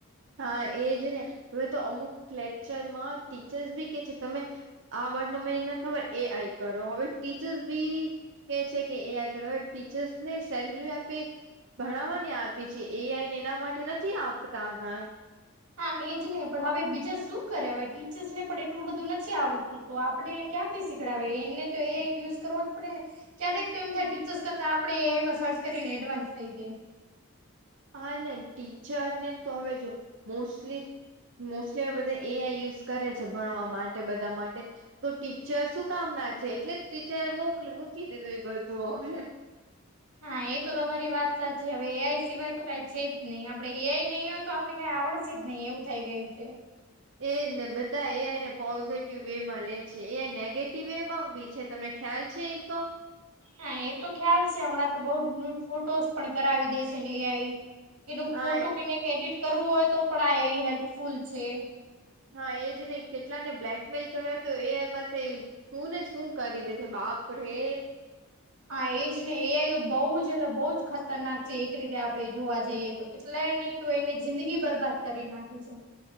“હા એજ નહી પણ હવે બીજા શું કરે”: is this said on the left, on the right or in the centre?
Right